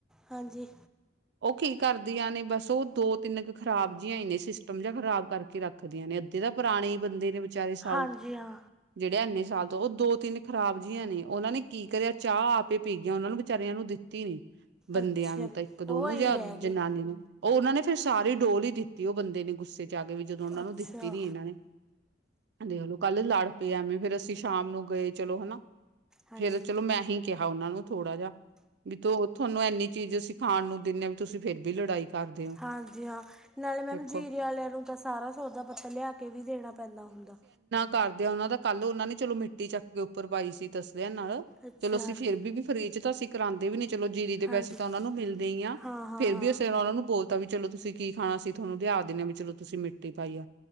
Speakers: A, in the centre; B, on the right.
A: ਹਾਂਜੀ
B: ਉਹ ਕੀ ਕਰਦਾ ਆਂ ਨੇ ਬਸ ਉਹ ਦੋ ਤਿੰਨ ਕੁ ਖਰਾਬ ਜਿਹੀ ਹੀ ਨੇ, ਸਿਸਟਮ ਜਿ ਖਰਾਬ ਕਰਕੇ ਰੱਖਦੀਆਂ ਨੇ ਅੱਧੇ ਤਾਂ, ਪੁਰਾਣੇ ਹੀ ਬੰਦੇ ਨੇ ਵਿਚਾਰੇ ਸਾਊ
A: ਹਾਂਜੀ ਹਾਂ
B: ਜਿਹੜੇ ਇੰਨੇ ਸਾਲ ਤੋਂ, ਉਹ ਦੋ ਤਿੰਨ ਖਰਾਬ ਜੀਆਂ ਨੇ ਉਹਨਾਂ ਨੇ ਕੀ ਕਰਿਆ, ਚਾਹ ਆਪ ਪੀ ਗਅਈਆ ਉਹਨਾਂ ਨੂੰ ਵਿਚਾਰੀਆਂ ਨੂੰ ਦਿੱ ਨੀ ਬੰਦਿਆਂ
A: ਅੱਛਾ
B: ਨੂੰ, ਤਾਂ ਇੱਕ ਦੋਨੋ
A: ਉਹ ਐਂ
B: ਜਾਂ
A: ਰਹਿ ਗਏ
B: ਜਨਾਨੀ ਨੂੰ ਉਹ ਉਹਨਾਂ ਨੇ ਫਿਰ ਸਾਰੀ ਡੋਲ ਹੀ ਦਿੱਤੀ, ਉਹ ਬੰਦੇ ਨੇ ਗੁੱਸੇ ਜਗ ਵਿਚ ਵੀ ਜਦੋਂ, ਉਹਨਾਂ
A: ਅੱਛਾ
B: ਨੂੰ ਦਿੱਤੀ ਨੀ ਇਹਨਾਂ ਨੇ ਕਂਹਦੇ ਓਨੂ ਕੱਲ ਲੜ ਪਏ ਐਵੇਂ, ਫੇਰ ਅਸੀਂ ਸ਼ਾਮ ਨੂੰ ਗਏ ਚਲੋ ਹਨਾ,
A: ਹਾਂਜੀ
B: ਫੇਰ ਚਲੋ ਮੈਂ ਹੀ ਕਿਹਾ ਉਹਨਾ ਨੂੰ ਥੋੜਾ ਜਿਹਾ, ਵੀ ਤੂੰ ਤੁਹਾਨੂੰ ਐੰਨੀ ਚੀਜ਼ ਅਸੀ ਖਾਣ ਨੂੰ ਦਿੰਦੇ ਹ ਵੀ ਤੁਸੀਂ ਫਿਰ ਵੀ ਲੜਾਈ ਕਰਦੇ ਹੋ
A: ਹਾਂਜੀ ਹਾਂ ਨਾਲੇ ਮੈਮ
B: ਦੇਖੋ
A: ਜੀਰੀ ਆਲਿਆਂ ਨੂੰ ਤਾਂ, ਸਾਰਾ ਸੌਦਾ ਪੱਤਾ ਲਿਆ ਕੇ ਵੀ ਦੇਣਾ ਪੈਂਦਾ ਹੁੰਦਾ।
B: ਕਰਦਿਆਂ ਉਹਨਾਂ ਦਾ ਕੱਲ ਉਹਨਾਂ ਨੇ ਚਲੋ ਮਿੱਟੀ ਚੱਕ ਕੇ ਉੱਪਰ ਪਾਈ ਸੀ, ਤਸਦੇ ਨਾਲ
A: ਅੱਛਾ
B: ਚਲੋ ਅਸੀਂ
A: ਹਾਂਜੀ
B: ਫੇਰ ਵੀ ਫਰੀ ਚ ਤਾਂ ਅਸੀਂ ਕਰਾਉਂਦੇ ਵੀ ਨੀ, ਚਲੋ ਜੀਰੀ ਦੇ
A: ਹਾਂਜੀ
B: ਪੈਸੇ ਤਾਂ ਉਹਨਾ ਨੂੰ ਮਿਲਦੇ ਈ ਆ
A: ਹਾਂ ਹਾਂ
B: ਫੇਰ
A: ਹਾਂ
B: ਵੀ ਉਸੇ ਨਾਲ ਉਹਨਾਂ ਨੂੰ ਬੋਲਤਾ ਵੀ ਚਲੋ ਤੁਸੀਂ ਕੀ ਖਾਣਾ, ਅਸੀ ਤੁਹਾਨੂੰ ਲਿਆ ਦਿੰਦੇ ਹਾਂ, ਵੀ ਚਲੋ ਤੁਸੀਂ ਮਿੱਟੀ ਪਾਈ ਆ।